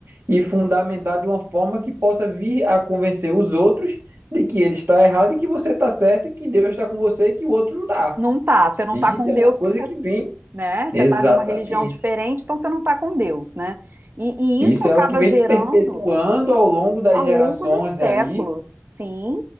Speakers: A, on the right; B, on the right.
A: e fundamentar de uma forma que possa vir a convencer os outros de que ele está errado e que você está certo, e que Deus está com você e que o outro não está.
B: Não tá, você não
A: E
B: tá com
A: isso é
B: Deus
A: uma coisa
B: porque você
A: que vem
B: né? Você
A: exatamente.
B: está numa religião diferente, então você não está com Deus, né? E,
A: Isso
B: e isso acaba
A: é o que vem
B: gerando
A: se perpetuando ao longo das
B: ao
A: gerações
B: longo dos séculos,
A: aí.
B: sim.